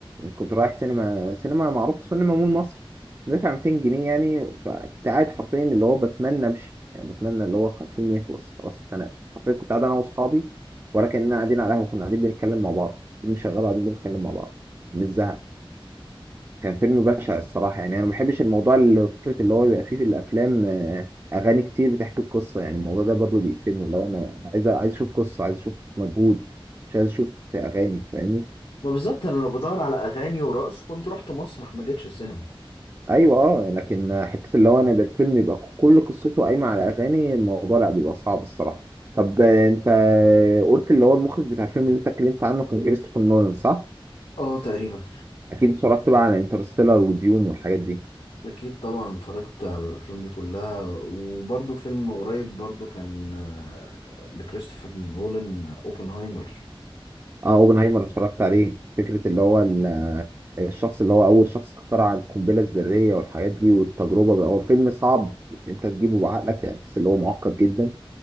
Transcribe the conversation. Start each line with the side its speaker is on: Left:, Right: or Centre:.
Right: كنت رايح سينما سينما معروف سينما مول مصر دافع 200 جنيه يعني فكنت قاعد حرفيا اللي هو بتمنى امشي يعني بتمنى اللي هو خليني يخلص خلاص اتخنقت حرفيا كنت قاعد انا واصحابي ولا كاننا قاعدين على قهوه كنا قاعدين بنتكلم مع بعض فيلم شغال وقاعدين بنتكلم مع بعض من الزهق كان فيلم بشع الصراحه يعني انا ما بحبش الموضوع اللي فكره اللي هو بيبقى فيه في الافلام آه، اغاني كتير بتحكي القصه يعني الموضوع ده برضه بيقفلني اللي هو انا عايز عايز اشوف قصه عايز اشوف مجهود مش عايز اشوف اغاني فاهمني
Left: ما بالظبط انا لو بدور على اغاني ورقص كنت رحت مسرح ما جيتش السينما
Right: ايوه اه لكن حته اللي هو انا يبقى الفيلم يبقى كل قصته قايمه على اغاني الموضوع لا بيبقى صعب الصراحه طب آه، انت قلت اللي هو المخرج بتاع الفيلم اللي انت اتكلمت عنه كان كريستوفر نولان صح؟
Left: اه تقريبا
Right: اكيد اتفرجت بقى على انترستيلر وديون والحاجات دي
Left: أكيد طبعا اتفرجت على الأفلام دي كلها وبرضه فيلم قريب برضه كان آه، لكريستوفر نولان آه، أوبنهايمر
Right: اه اوبنهايمر اتفرجت عليه فكره اللي هو ال- الشخص اللي هو اول شخص اخترع القنبله الذريه والحاجات دي والتجربه بقى هو فيلم صعب انت تجيبه بعقلك يعني بس اللي هو معقد جدا